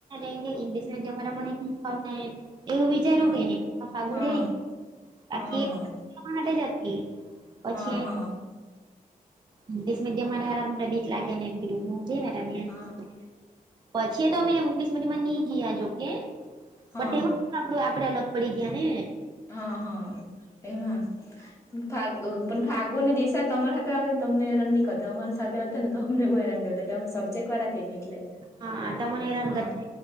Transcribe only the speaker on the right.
એમ કેહ ઈગ્લિશ મીડિયમ વાળા મને ની ફાવતે. એવું વિચારવું
કે નહી ફાગુ
રેય બાકી
એ ફાગુ તો મારા હાથે જ હતી. પછી
ઇંગલિશ મીડિયમ વાળા હારા. બીક લાગ્યા એને
<unintelligible> પછી એ તો અમે ઇંગ્લીશ મીડિયમાં ની ગયા જોકે
બટ તેમાં આપડું આપડે અલગ પડી ગયા ને
હા તમને હેરાનગત